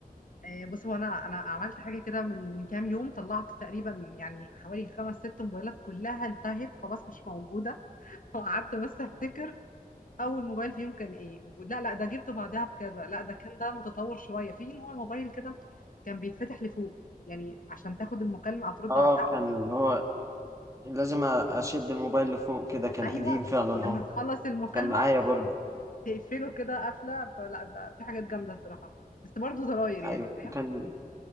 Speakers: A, on the left; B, on the right.
A: آه، بص هو انا انا عملت حاجه كده من من كام يوم طلعت تقريبا يعني حوالي خمس ست موبايلات كلها انتهت خلاص مش موجوده <laughs> وقعدت بس افتكر اول موبايل فيهم كان ايه لا لا ده جبته بعدها بكذا لا ده كان ده متطور شويه في نوع موبايل كده كان بيتفتح لفوق يعني عشان تاخد المكالمه او ترد
B: اه
A: على حد
B: كان اللي هو لازم اشد الموبايل لفوق كده كان
A: ايوه
B: قديم فعلا
A: ولما
B: اه
A: تخلص المكالمه
B: كان معايا برضه
A: تقفله كده قفله فلا ده في حاجات جامده صراحه بس برضه زراير يعني
B: ايوه
A: فاهم
B: كان